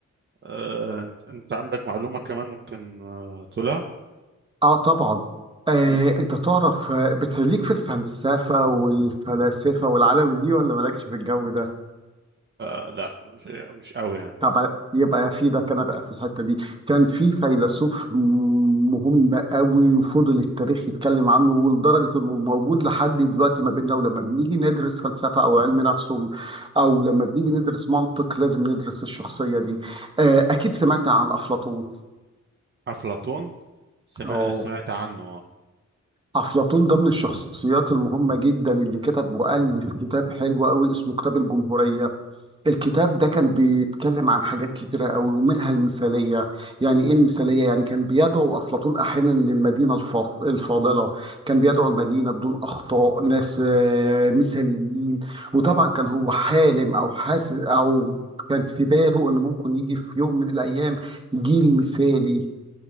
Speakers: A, on the right (about 35°); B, on the right (about 15°).
A: آه، انت انت عندك معلومه كمان ممكن آه، تقولها
B: اه طبعا آه،
A: مم.
B: انت تعرف آه، بتليك في الفلسفة والفلاسفة والعالم دي ولا مالكش في الجو ده
A: آه، لا مش مش قوي يعني
B: طب يبقى في ده كان بقى في الحتة دي كان في فيلسوف مهم قوي وفضل التاريخ يتكلم عنه ولدرجة انه موجود لحد دلوقتي ما بيننا ولما بنيجي ندرس فلسفة او علم نفس او لما بنيجي ندرس منطق لازم ندرس الشخصية دي آه، اكيد سمعت عن افلاطون
A: افلاطون سمع...
B: اه
A: سمعت عنه اه
B: أفلاطون ده من الشخصيات المهمة جدا اللي كتب وألف كتاب حلو قوي اسمه كتاب الجمهورية الكتاب ده كان بيتكلم عن حاجات كتيرة قوي ومنها المثالية يعني إيه المثالية؟ يعني كان بيدعو أفلاطون أحيانا للمدينة الفا- الفاضلة كان بيدعو المدينة بدون أخطاء ناس آه، مثاليين وطبعا كان هو حالم أو حاسس أو كان في باله إن ممكن يجي في يوم من الأيام جيل مثالي